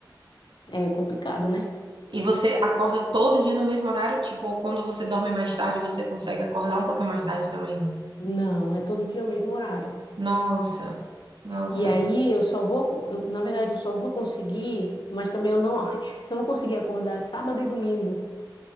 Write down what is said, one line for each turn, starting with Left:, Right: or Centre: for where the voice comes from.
Left: É complicado, né?
Right: E você acorda todo dia no mesmo horário? Tipo, ou quando você dorme mais tarde, você consegue acordar um pouquinho mais tarde também?
Left: Não, é todo dia o mesmo horário.
Right: Nossa, nossa.
Left: E aí eu só vou, eu, na verdade, eu só vou conseguir, mas também eu não, <laughs> só vou conseguir acordar sábado e domingo,